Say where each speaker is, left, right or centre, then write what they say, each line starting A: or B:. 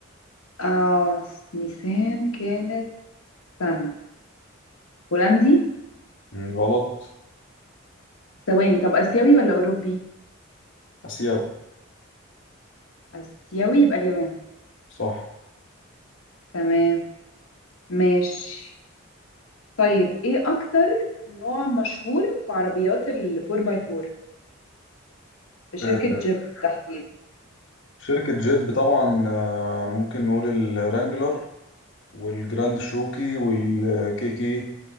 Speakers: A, on the left; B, on the left.
A: اه س- نيسان كانت استنى هولندي
B: مم، غلط
A: ثواني طب اسيوي ولا اوروبي
B: آسيوي
A: اسيوي يبقى اليابان
B: صح
A: تمام ماشي طيب ايه اكتر نوع مشهور في عربيات ال 4x4 في شركة
B: آه
A: جيب بالتحديد
B: شركة جيب طبعا آه ممكن نقول الرانجلر والجراند شروكي والكيكي